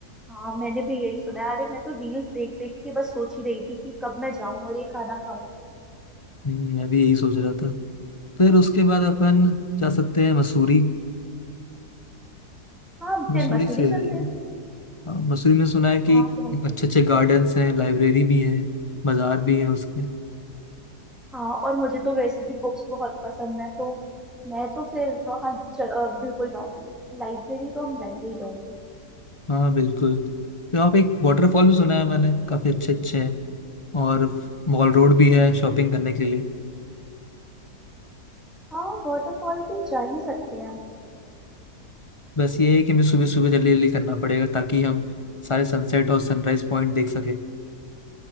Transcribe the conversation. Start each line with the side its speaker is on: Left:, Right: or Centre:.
Centre: हाँ मैंने भी यही सुना है अरे मैं तो रील्स देख देख के बस सोच ही रही थी कि कब मैं जाऊं और ये खाना खाऊं
Left: हम्म, मैं भी यही सोच रहा था फिर उसके बाद अपन जा सकते हैं मसूरी
Centre: हाँ
Left: मसूरी
Centre: फिर मसूरी
Left: से
Centre: चलते
Left: जाएगा
Centre: हैं
Left: हाँ, मसूरी में सुना है
Centre: हाँ
Left: कि
Centre: बहुत सही
Left: अच्छे अच्छे गार्डन्स हैं लाइब्रेरी भी है बाजार भी है उसके
Centre: हाँ और मुझे तो वैसे भी बुक्स बहुत पसंद है तो मैं तो फिर वहाँ ज- अ, बिल्कुल जाऊंगी लाइब्रेरी तो हम जाएंगे ही जाएंगे
Left: हाँ बिल्कुल तो यहाँ पे एक वाटरफॉल भी सुना है मैंने काफी अच्छे अच्छे हैं और मॉल रोड भी है शॉपिंग करने के लिए
Centre: हाँ वाटरफॉल भी जा ही सकते हैं
Left: बस ये है कि हमें सुबह सुबह जल्दी जल्दी करना पड़ेगा ताकि हम सारे सनसेट और सनराइज पॉइंट देख सके